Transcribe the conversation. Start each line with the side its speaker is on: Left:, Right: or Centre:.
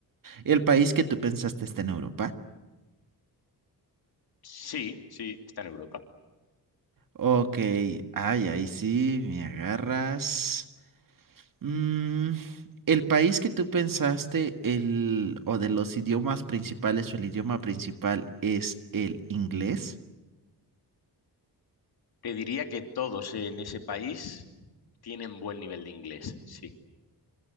Right: El país que tú pensaste está en Europa.
Left: Sí, sí, está en Europa.
Right: Ok, ay, ahí sí, me agarras. Mm, el país que tú pensaste, el, o de los idiomas principales, o el idioma principal es el inglés.
Left: Te diría que todos en ese país tienen buen nivel de inglés, sí.